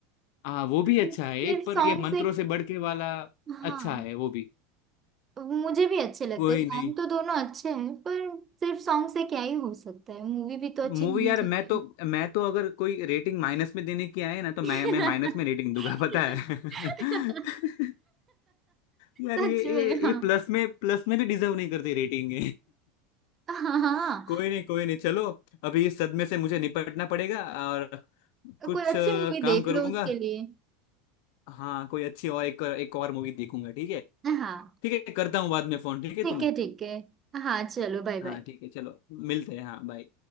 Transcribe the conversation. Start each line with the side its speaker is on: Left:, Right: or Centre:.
Left: हाँ वो भी
Right: हम्म,
Left: अच्छा
Right: सिर्फ
Left: है एक पर
Right: सॉन्ग
Left: ये मंत्रों
Right: से
Left: से बढ़ के वाला
Right: हाँ
Left: अच्छा है वो भी
Right: मुझे भी अच्छे लगते
Left: वही
Right: हैं सॉन्ग
Left: नहीं
Right: तो दोनों अच्छे हैं पर सिर्फ सॉन्ग से क्या ही हो सकता है मूवी भी तो अच्छी
Left: मूवी
Right: होनी
Left: यार
Right: चाहिए
Left: मैं तो मैं तो अगर कोई रेटिंग माइनस में देने की आए ना तो
Right: <laughs>
Left: मैं मैं माइनस में रेटिंग दूंगा पता है <laughs>
Right: <laughs>
Left: यार
Right: सच
Left: ये
Right: में
Left: ये
Right: हाँ
Left: ये प्लस में प्लस में भी डिजर्व नहीं करती रेटिंग
Right: हाँ हाँ
Left: <laughs> कोई नहीं कोई नहीं चलो अभी इस सदमे से मुझे निपटना पड़ेगा और
Right: हाँ।
Left: कुछ
Right: कोई अच्छी
Left: अ,
Right: मूवी
Left: काम
Right: देख
Left: करूंगा
Right: लो उसके लिए
Left: हाँ कोई अच्छी और एक एक और मूवी देखूंगा ठीक है
Right: हाँ
Left: ठीक है करता हूँ बाद में फोन ठीक है
Right: ठीक
Left: तुम्हें
Right: है ठीक है हाँ चलो बाय
Left: हाँ
Right: बाय
Left: ठीक है चलो मिलते हैं हाँ बाय